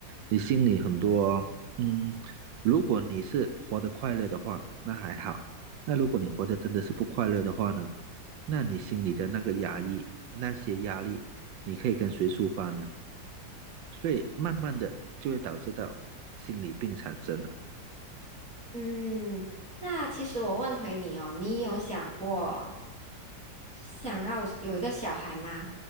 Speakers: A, on the right; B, in the centre.
A: 你心里很多，嗯，如果你是活得快乐的话，那还好；那如果你活得真的是不快乐的话呢，那你心里的那个压抑，那些压力，你可以跟谁抒发呢？所以慢慢的就会导致到心理病产生了。
B: 嗯，那其实我问回你哦，你有想过想要有一个小孩吗？